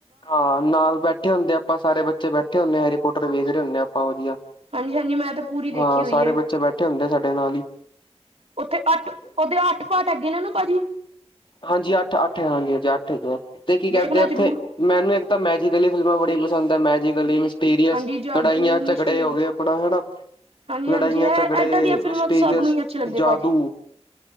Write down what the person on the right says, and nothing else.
ਹਾਂਜੀ ਹਾਂਜੀ ਮੈਂ ਤੇ ਪੂਰੀ ਦੇਖੀ
ਹੋਈ
ਹੈ
ਉੱਥੇ ਅੱਠ, ਓਦੇ ਅੱਠ ਪਾਠ ਹੈਗੇ ਆ ਨਾ ਪਾਜੀ
ਵੇਖਣਾ ਜ਼ਰੂਰ
ਹਾਂਜੀ ਜਾਦੂ
ਮਿਸਟਰੀ
ਹਾਂਜੀ ਹਾਂਜੀ
ਇਹ
ਏਦਾਂ ਦੀਆਂ ਫਿਲਮਾਂ
ਤਾਂ ਸਭ ਨੂੰ ਹੀ ਅੱਛੀ ਲੱਗਦੀ
ਭਾਜੀ